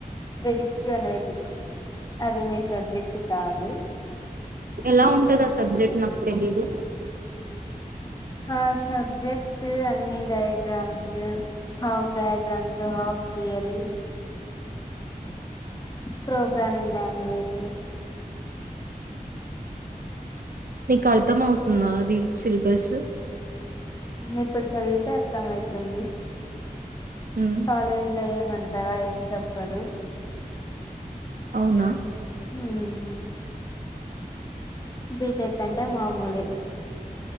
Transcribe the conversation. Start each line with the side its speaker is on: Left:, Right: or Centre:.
Left: ప్రెడిక్నటిక్స్ అది మీ సబ్జెక్ట్ కాదు
Right: ఎలా ఉంటది ఆ సబ్జెక్ట్ నాకు తెలీదు
Left: ఆ సబ్జెక్ట్ అన్ని diagrams half diagrams half theory programming language
Right: నీకు అర్థం అవుతుందా అది సిలబస్
Left: ఇప్పుడు చదివితే అర్థం అయితుంది
Right: ఉమ్,
Left: కాలేజ్ లే ఏమ్ అంతగా ఏం చెప్పరు
Right: అవునా
Left: హుమ్ బీటెక్ అంటే మామూలే